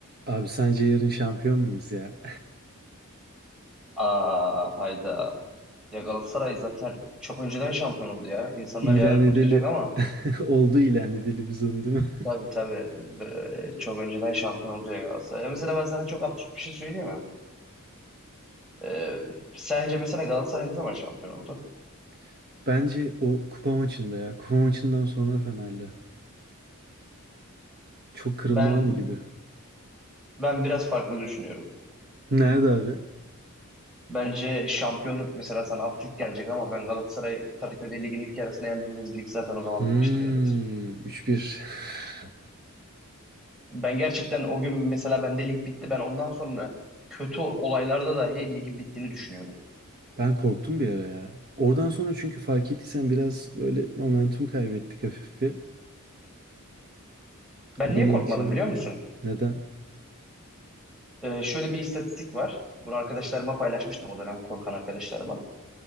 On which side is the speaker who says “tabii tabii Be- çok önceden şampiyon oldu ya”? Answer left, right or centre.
Centre